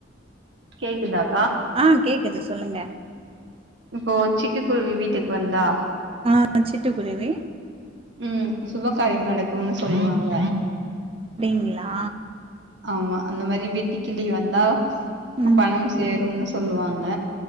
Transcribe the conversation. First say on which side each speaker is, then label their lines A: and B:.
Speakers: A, on the right; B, on the right.
A: கேக்குதாக
B: ஆ கேக்குது சொல்லுங்க
A: இப்போ சிட்டுக்குருவி வீட்டுக்கு வந்தா
B: ஆ சிட்டு குருவி
A: ம் சுப காரியம் நடக்கும்னு சொல்லுவாங்க
B: அப்டிங்களா
A: ஆமா அந்த மாரி வெட்டி கிளி வந்தா
B: ம்
A: பணம் சேரும்னு சொல்லுவாங்க